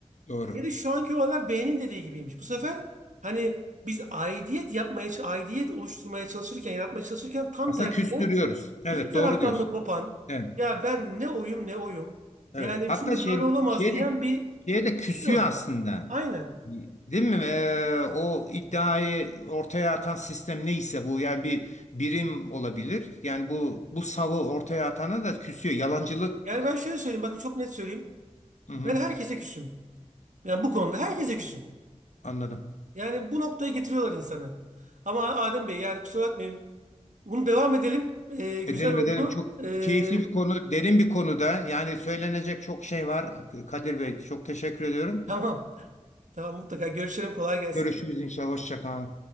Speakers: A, on the left (about 70°); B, on the right (about 80°).
A: Doğru.
B: Bir de şu anki olaylar beğenin dediği gibiymiş. Bu sefer hani biz aidiyet yapmaya, aidiyet oluşturmaya çalışırken, yaratmaya çalışırken tam
A: Aslında
B: tersine
A: küstürüyoruz. Evet
B: iki taraftan
A: doğru diyorsun.
B: da kopan,
A: Evet,
B: ya ben ne oyum ne oyum.
A: evet.
B: Yani
A: Hatta
B: çünkü
A: şey,
B: böyle olamaz
A: şey
B: diyen
A: de,
B: bir
A: şey de küsüyor
B: kitle var.
A: aslında.
B: Aynen.
A: Değil mi? Ee, o iddiayı ortaya atan sistem neyse bu yani bir birim olabilir. Yani bu bu savı ortaya atana da küsüyor. Yalancılık.
B: Yani ben şöyle söyleyeyim, bakın çok net söyleyeyim.
A: Hı
B: Ben
A: hı,
B: herkese küsüm. Yani bu konuda herkese küsüm.
A: anladım.
B: Yani bu noktaya getiriyorlar insanı. Ama Adem Bey yani kusura bakmayın. Bunu devam edelim. Ee, güzel
A: Edelim
B: oldu.
A: edelim. Çok
B: Ee,
A: keyifli bir konu, derin bir konuda. Yani söylenecek çok şey var. Kadir Bey çok teşekkür ediyorum.
B: tamam. Tamam mutlaka görüşelim. Kolay gelsin.
A: Görüşürüz inşallah. Hoşça kal.